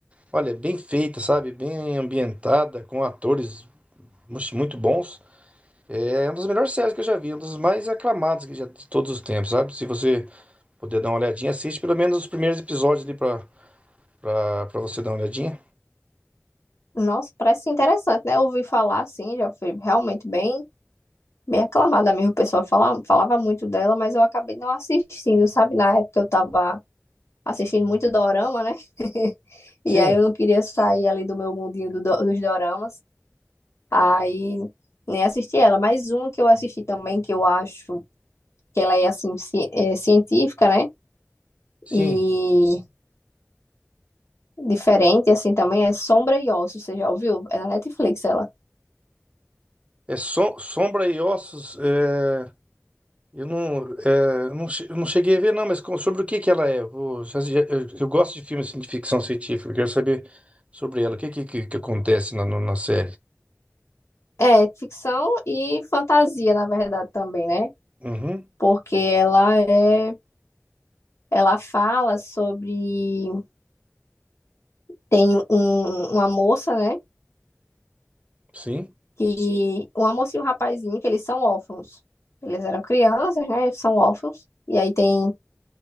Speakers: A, on the right; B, on the left.
A: olha, bem feita, sabe? Bem ambientada, com atores mu- muito bons. É uma das melhores séries que eu já vi, uma das mais aclamadas que já de todos os tempos, sabe? Se você puder dar uma olhadinha, assiste pelo menos os primeiros episódios ali para pra, para você dar uma olhadinha.
B: Nossa, parece interessante, né? Eu ouvi falar assim, já foi realmente bem, bem aclamada mesmo. O pessoal falava, falava muito dela, mas eu acabei não assistindo, sabe? Na época eu tava assistindo muito dorama, né? <laughs> E
A: Sim,
B: aí eu não queria sair ali do meu mundinho do do- dos doramas. Aí nem assisti ela. Mas um que eu assisti também, que eu acho que ela é assim, ci- é, científica, né?
A: sim.
B: E diferente assim também é Sombra e Ossos, você já ouviu? É na Netflix ela.
A: É som- Sombra e Ossos. é, eu não, é, eu não, che- eu não cheguei a ver, não, mas com- sobre o que que ela é? Eu, vou- já- já- eu- eu gosto de filmes assim, de ficção científica, eu quero saber sobre ela. O que, que, que, que acontece na, no- na série?
B: É, ficção e fantasia, na verdade, também, né?
A: Uhum,
B: Porque ela é, ela fala sobre, tem um, uma moça, né?
A: sim,
B: Que, uma moça e um rapazinho, que eles são órfãos. Eles eram crianças, né? Eles são órfãos. E aí tem,